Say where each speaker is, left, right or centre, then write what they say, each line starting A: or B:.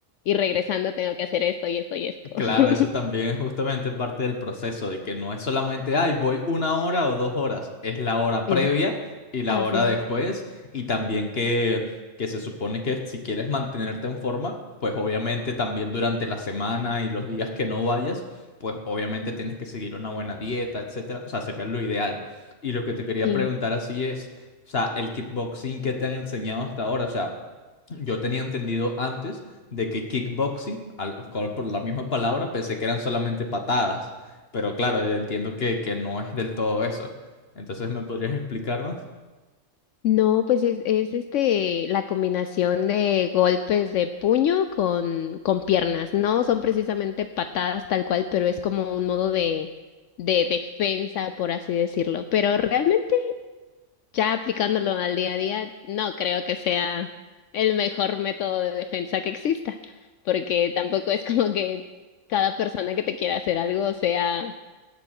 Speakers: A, on the left; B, on the left.
A: Y regresando tengo que hacer esto y esto y esto.
B: Claro,
A: <laughs>
B: eso también es justamente parte del proceso, de que no es solamente, ay, voy una hora o dos horas, es la hora
A: Sí.
B: previa y la
A: Así
B: hora después, y también que, que se supone que si quieres mantenerte en forma, pues obviamente también durante la semana y los días que no vayas, pues obviamente tienes que seguir una buena dieta, etcétera, o sea, sería lo ideal. Y lo que te quería
A: es.
B: preguntar así es, o sea, el kickboxing que te han enseñado hasta ahora, o sea, yo tenía entendido antes de que kickboxing, al- con- por la misma palabra, pensé que eran solamente patadas, pero claro, yo entiendo que, que no es del todo eso. Entonces, ¿me podrías explicar más?
A: No, pues es, es este la combinación de golpes de puño con, con piernas. No son precisamente patadas tal cual, pero es como un modo de, de defensa, por así decirlo. Pero realmente, ya aplicándolo al día a día, no creo que sea el mejor método de defensa que exista, porque tampoco es como que cada persona que te quiera hacer algo sea,